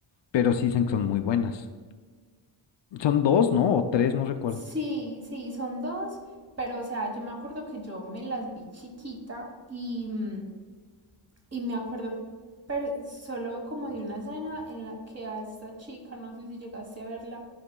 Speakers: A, on the left; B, on the right.
A: Pero sí dicen que son muy buenas. Son dos, ¿no? O tres, no recuerdo.
B: Sí, sí, son dos, pero o sea, yo me acuerdo que yo me las vi chiquita y mm, Y me acuerdo, pero solo como de una escena en la que a esta chica, no sé si llegaste a verla,